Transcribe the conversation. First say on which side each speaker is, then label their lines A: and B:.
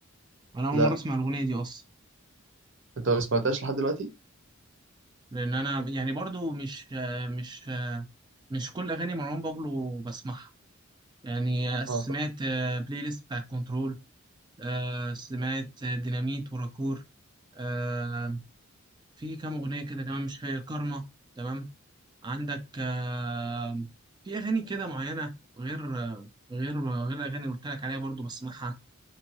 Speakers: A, on the right; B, on the right.
A: انا اول
B: لا
A: مره اسمع الاغنيه دي اصلا
B: انت ما سمعتهاش لحد دلوقتي
A: لان انا يعني برضو مش آه، مش آه، مش كل اغاني مروان بابلو بسمعها يعني آه، سمعت
B: اه طب.
A: آه، بلاي ليست بتاع كنترول آه، سمعت آه، ديناميت وراكور آه، في كام أغنية كده كمان مش فاكر كارما تمام عندك آه، في أغاني كده معينة غير آه، غير غير الأغاني اللي قلت لك عليها برضو بسمعها